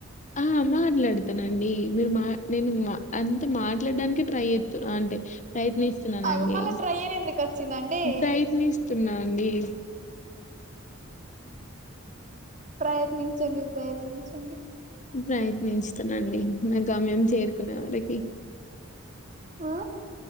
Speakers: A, on the left; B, on the right.
A: ఆ మాట్లాడతానండి మీరు మా నేను మా అంత మాట్లాడడానికే ట్రై చేస్తుాన్నా అంటే ప్రయత్నిస్తున్నానండి
B: అగో మళ్ళ ట్రై అని ఎందుకు వచ్చిందండి
A: ప్రయత్నిస్తున్నా అండి
B: ప్రయత్నించండి ప్రయత్నించండి
A: ప్రయత్నించుతానండి నా గమ్యం చేరుకునే వరకి
B: ఆ